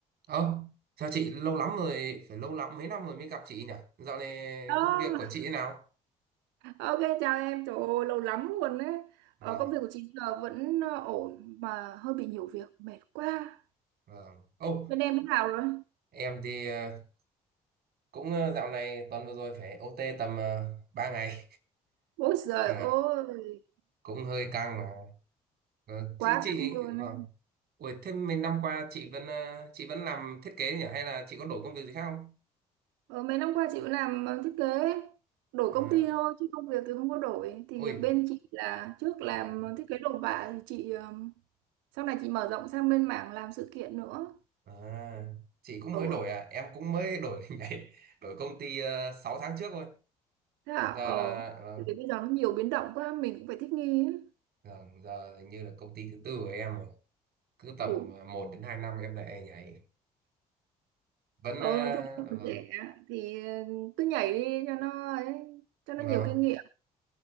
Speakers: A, on the right; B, on the right.
A: Ơ, chào chị lâu lắm rồi, phải lâu lắm mấy năm rồi mới gặp chị nhỉ? Dạo này
B: Đó.
A: công việc của chị thế nào?
B: Ok chào em, trời ơi, lâu lắm luôn đấy.
A: Vâng,
B: Ờ, công việc của chị giờ vẫn ờ, ổn mà hơi bị nhiều việc, mệt quá.
A: vâng. Ô,
B: Bên em thế nào rồi?
A: em thì ờ, cũng ờ, dạo này tuần vừa rồi phải OT tầm ờ, 3 ngày.
B: Ôi giời
A: Ờ,
B: ơi,
A: cũng hơi căng mà. Ờ,
B: quá
A: chị chị
B: căng luôn
A: vâng.
B: á.
A: Ủa thế mấy năm qua chị vẫn ờ, chị vẫn làm thiết kế nhỉ hay là chị có đổi công việc gì khác không?
B: Ờ, mấy năm qua chị cũng làm ờ, thiết kế, đổi
A: À,
B: công ty thôi chứ công việc thì không có đổi. Thì
A: ôi,
B: bên chị là trước làm
A: vâng.
B: thiết kế đồ họa thì chị ờ, sau này chị mở rộng sang bên mảng làm sự kiện nữa.
A: À, chị cũng
B: Ồ,
A: mới đổi à, em cũng mới đổi <laughs> nhảy, đổi công ty uh, 6 tháng trước thôi.
B: thế à?
A: Giờ
B: Ờ,
A: là vâng,
B: thì bây giờ nó nhiều biến động quá, mình cũng phải thích nghi ấy.
A: Vâng, giờ hình như là công ty thứ tư của em rồi. Cứ tầm
B: Ồ.
A: à, một đến 2 năm em lại nhảy. Vẫn
B: ừ
A: ờ,
B: nói chung là còn
A: vâng,
B: trẻ thì ờ, cứ nhảy đi cho nó ấy cho
A: vâng.
B: nó nhiều kinh nghiệm